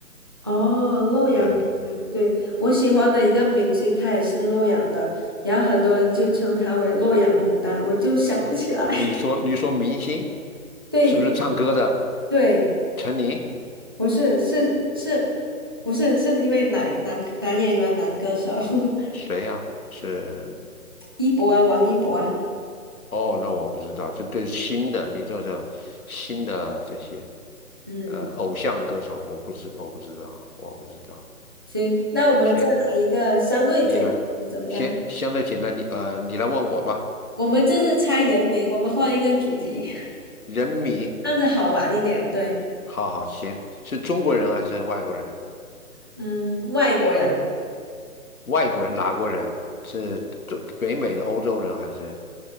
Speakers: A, on the right; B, on the left.
A: 哦，洛阳牡丹对，
B: 对对，
A: 我喜欢的一个明星，他也是洛阳的，然后很多人就称他为洛阳牡丹，我就想不起来。<laughs>
B: 你说你说明星
A: 对
B: 是不是唱歌的？
A: 对，
B: 陈琳
A: 不是是是，不是是因为男男男演员男歌手 <laughs>
B: 谁呀、是
A: 一博啊，王一博啊，
B: 哦，那我不知道，这对新的，你这是新的这些
A: 嗯，
B: 呃偶像歌手，我不知我不知道我不知道。
A: 行，那我们再来一个相对简单的怎么样？
B: 行，你来，行，相对简单，你呃你来问我吧。
A: 我们这次猜人名，我们换一个主题。
B: 人民，
A: 这样子好玩一点。对，
B: 好好行，是中国人还是外国人？
A: 嗯，外国人，
B: 外国人哪国人？是中北美的欧洲人还是